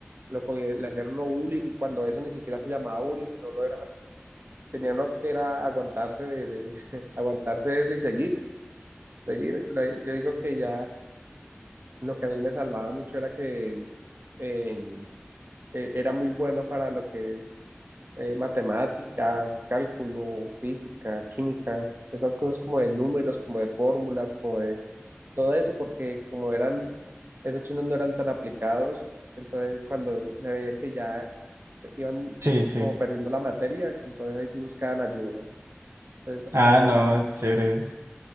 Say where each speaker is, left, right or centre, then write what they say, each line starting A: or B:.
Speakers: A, on the right; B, on the right.
A: lo co- le hacían uno bullying, y cuando eso ni siquiera se llamaba bullying, sino uno era, tenía uno que era aguantarse de, de <laughs> aguantarse de eso y seguir, seguir. La- Yo digo que ya Lo que a mí me salvaba mucho era que eh, eh, era muy bueno para lo que es eh, matemáticas, cálculo, física, química, esas cosas como de números, como de fórmulas, como de todo eso, porque como eran, esos chinos no eran tan aplicados, entonces cuando me veían que ya iban
B: Sí, sí.
A: como perdiendo la materia, entonces ahí sí buscaban ayuda. Entonces,
B: Ah,
A: eh,
B: no, chévere. <laughs>